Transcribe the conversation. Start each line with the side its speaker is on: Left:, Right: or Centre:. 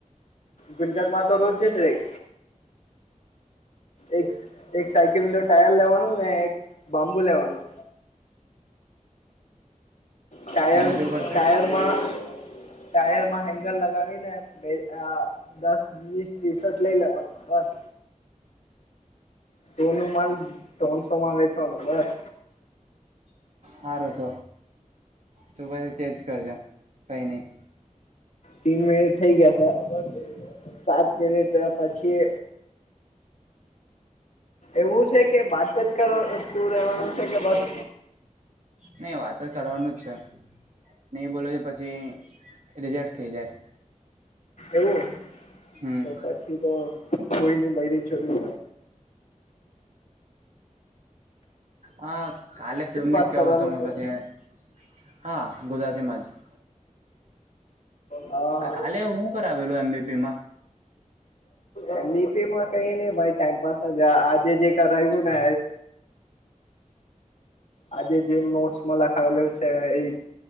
Left: ગુંજર માં તો રોજ જ રહી એક સ એક સાયકલ નું ટાયર લેવાનું ને એક બાંબુ લેવાનું ટાયર
Right: એના જો કરતે
Left: ટાયર માં ટાયરમાં હેન્ગલ લગાવી ને બે અ દસ-વીસ ટી શર્ટ લઈ લેવાનું બસ. સો નું માલ ત્રણ સો માં વેચવાનું બસ.
Right: હારુ તો તો પછી તેજ કરજો કઈ નહી.
Left: તીન મિનિટ થઈ ગયા છ
Right: હમ <unintelligible>
Left: સાત મિનિટ પછી. એવું છે કે વાત જ કર તું રહેવાનું છે કે બસ.
Right: નહી વાતો કરવાનું જ છે નહી બોલો છે પછી રિજેક્ટ થઈ જાય.
Left: એવું,
Right: હમ
Left: તો પછી તો. કોઈ નઈ. બને ચડું
Right: હા કાલે તમને
Left: વાત
Right: કેવું
Left: કરવાનું
Right: તમે.
Left: છે
Right: પછી હા ગુજરાતીમાં જ.
Left: હા
Right: કાલે શું કર આવેલું એમબીપી માં.
Left: એ મ બી પીમાં કઈ નહ ભાઈ ટાઈમપાસજ આજે જે કરાવ્યું ને. આજે જે નોટ્સમાં લખાવલો છે એ એ જ.